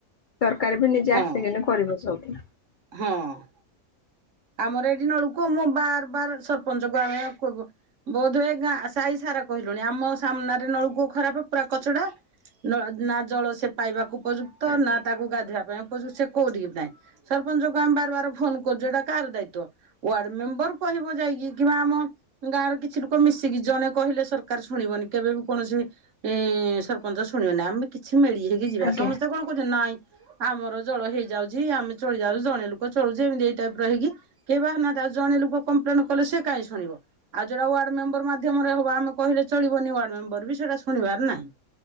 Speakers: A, on the left; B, on the right.
A: ସରକାର ବି ନିଜେ
B: ହଁ
A: ଆସିକିନି କରିବ ସବୁ।
B: ହଁ। ଆମର ଏଇଠି ନଳ କୂଅ ମୁଁ ବାର୍ ବାର୍ ସରପଞ୍ଚଙ୍କୁ ଆମେ କରକୁ ବୋଧହୁ ଏ ଗାଁ ସାହି ସାରା କହିଲୁଣି ଆମ ସାମ୍ନାରେ ନଳକୂଅ ଖରାପ ପୁରା କଚଡା। ନଳ ନା ଜଳ ସେ ପାଇବାକୁ ଉପଯୁ ତ
A: ଆଜ୍ଞା
B: ନା ତାକୁ ଗାଧୋଇବା ପାଇଁ ଉପଯେଗ ସେ କୋଉଠିକି ନାାଇଁ ସରପଞ୍ଚଙ୍କୁ ଆମେ ବାର ବାର ଫୋନ କରୁଛୁ ଏଟା କାହାର ଦାୟିତ୍ୱ ୱାର୍ଡ ମେମ୍ବର କହିବ ଯାଇକି କିମ୍ବା ଆମ ଗାଁର କିଛି ଲୋକ ମିଶିକି ଜଣେ କହିଲେ ସରକାର୍ ଶୁଣିବନି କେବେ ବି କୌଣସି ଏ ସରପଞ୍ଚ ଶୁଣିବନି ଆମେ କିଛି ମିଳି ହେଇକି ଯିବା
A: ଆଜ୍ଞା
B: ସମସ୍ତେ କଣ କରୁଛନ୍ତି ନାଇଁ। ଆମର ଜଳ ହେଇଯାଉଚି ଆମେ ଚଳି ଯାଉଛୁ ଜଣେ ଲୋକ ଚଳୁଛେ ଏମିତି ଏଇଟା ଡରିକି କେହି ବାହାରୁନାହାନ୍ତି ଜଣେ ଲୋକ କମ୍ପ୍ଲେନ୍ କଲେ ସେ କାହି ଶୁଣିବ ଆଉ ଯୋଟା ୱାର୍ଡ ମେମ୍ବର ମାଧ ମାଧ୍ୟ ମରେ ହବ ଆମେ କହିଲେ ଚଳିବନି ୱାର୍ଡ ମେମ୍ବର ବି ସେଟା ଶୁଣିବାର ନାହିଁ।